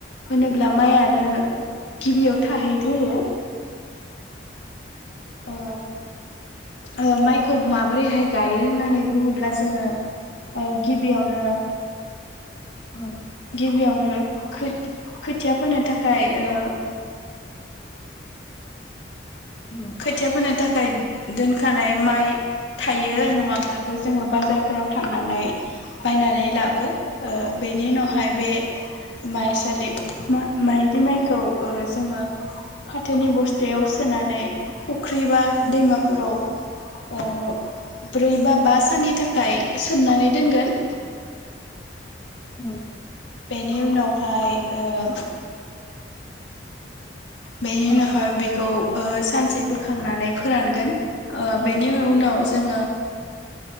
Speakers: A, on the left; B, on the left.
A: होनोब्ला माइयानो गिबियाव थाहैग्रोयो। ओ ओ माइखौ माबोरैहाय गायो होननानै बुङोब्ला जोङो ओ गिबियावनो
B: औ
A: गिबियावनो खोथ खोथिया फोनो थाखाय ओ
B: औ
A: खोथिया फोनो थाखाय दोनखानाय माइ थायो नङाब्लाबो जोङो बाजारफोराव थांनानै बायनानै लाबो ओ बेनि उनावहाय बे माइसालि मा माइग्लि माइखौ ओ जोङो फाथोनि बस्थायाव सोनानै <unintelligible> ख्रि एबा
B: औ
A: दैमाफोराव ओ ब्रै बा बा साननि थाखाय सोमनानै दोनगोन।
B: औ
A: बेनि उनावहाय ओम बेनि
B: औ
A: उनावहाय बेखौ ओ सानसे बोखांनानै फोरानगोन। ओ
B: औ
A: बेनि उनाव जोङो